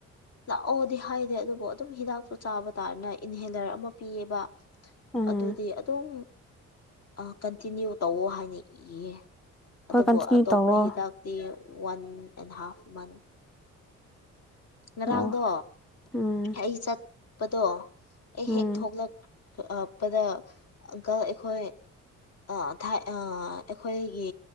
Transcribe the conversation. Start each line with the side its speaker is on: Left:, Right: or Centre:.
Left: ꯂꯥꯛꯑꯣꯗꯤ ꯍꯥꯏꯗꯦ ꯑꯗꯨꯕꯨ ꯑꯗꯨꯝ ꯍꯤꯗꯥꯛꯇꯨ ꯆꯥꯕ ꯇꯥꯔꯅ ꯏꯟꯍꯦꯂꯔ ꯑꯃ ꯄꯤꯌꯦꯕ
Centre: ꯎꯝ
Left: ꯑꯗꯨꯗꯤ ꯑꯗꯨꯝ ꯑ ꯀꯟꯇꯤꯅ꯭ꯌꯨ ꯇꯧꯋꯣ ꯍꯥꯏꯅ ꯏꯌꯦ ꯑꯗꯨꯕꯨ
Centre: ꯍꯣꯏ ꯀꯟꯇꯤꯅ꯭ꯌꯨ
Left: ꯑꯇꯣꯞꯄ
Centre: ꯇꯧꯋꯣ
Left: ꯍꯤꯗꯥꯛꯇꯤ ꯋꯥꯟ ꯑꯦꯟ ꯍꯥꯐ ꯃꯟ ꯉꯔꯥꯡꯗꯣ
Centre: ꯑꯣ ꯎꯝ
Left: ꯑꯩ ꯆꯠ ꯕꯗꯣ ꯑꯩ
Centre: ꯎꯝ
Left: ꯍꯦꯛ ꯊꯣꯛꯂꯄꯗ ꯑ ꯑꯪꯀꯜ ꯑꯩꯈꯣꯏ ꯑ ꯊꯥꯏ ꯑꯩꯈꯣꯏꯒꯤ